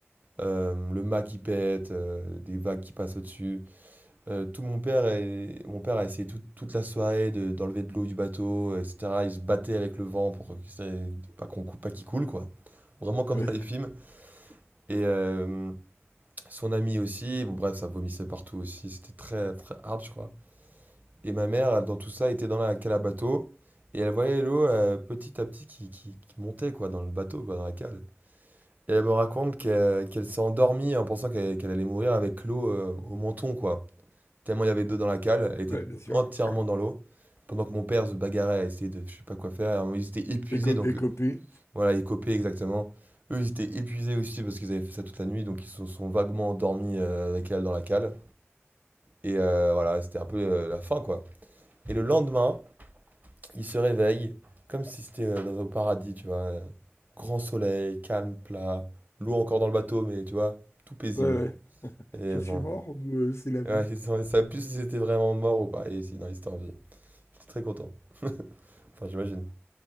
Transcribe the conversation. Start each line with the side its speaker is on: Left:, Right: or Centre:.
Right: Euh, le mât qui pète, euh, des vagues qui passent au-dessus. Euh, tout mon père et mon père a essayé tout- toute la soirée de- d'enlever de l'eau du bateau, euh, etc. Il se battait avec le vent pour que ça- pas qu'on cou- pas qu'il coule quoi. Vraiment comme
Left: ouais,
Right: dans les films. Et euh, Son ami aussi, bon bref, ça vomissait partout aussi, c'était très très hard, je crois. Et ma mère, elle, dans tout ça, était dans la cale à bateau, et elle voyait l'eau euh, petit à petit qui, qui- qui montait, quoi, dans le bateau, quoi, dans la cale. Et elle me raconte qu'elle qu'elle s'est endormie en pensant qu'elle qu'elle allait mourir avec l'eau euh, au menton, quoi. Tellement il y avait d'eau dans la cale, elle était
Left: ouais, bien sûr.
Right: entièrement dans l'eau, pendant que mon père se bagarrait à essayer de je sais pas quoi faire, et ils étaient épuisés,
Left: Déco
Right: donc
Left: écopé.
Right: euh, voilà, ils copaient exactement. Eux, ils étaient épuisés aussi parce qu'ils avaient fait ça toute la nuit, donc ils se sont vaguement endormis euh, avec elle dans la cale. Et euh, voilà, c'était un peu euh, la fin, quoi. Et le lendemain, il se réveille comme si c'était euh, dans un paradis, tu vois. euh, Grand soleil, calme, plat, l'eau encore dans le bateau, mais tu vois, tout paisible.
Left: Ouais, ouais.
Right: Et
Left: Je suis
Right: bon,
Left: mort ou euh, c'est la vie?
Right: ouais, <laughs> ils sont- plus si c'était vraiment mort ou pas. Et si, non, il était en vie. J'étais très content. Enfin, j'imagine.